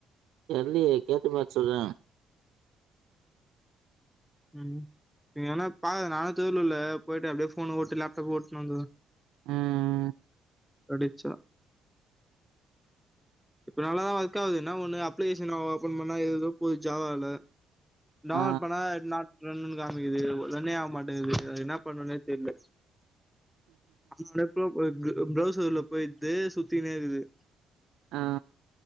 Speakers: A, on the right; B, in the centre.
A: தெர்லியே கேட்டு பாத் சொல்ற
B: ம் நீவேனா பாரு நானு திருவளூர்ல போய்ட்டு அப்டே ஃபோனு ஒட்டு லேப்டாப் ஒட்னு வந்துர்ற
A: ம் ம்
B: படிச்சா இப்ப நல்லாதா ஒர்க் ஆவுது என்ன ஒண்ணு அப்ளிகேஷன ஓபன் பண்ணா எதேதோ போது ஜாவால டவ்ண்லோட்
A: ஆ.
B: பண்ணா நாட் ரன்னுன் காமிக்குது ரன்னே ஆவ் மாட்டேங்குது என்ன பண்ணுன்னே தெர்ல <unintelligible> ப்ரௌசர்ல போய்ட்டு சுத்தினேருகுது
A: ஆ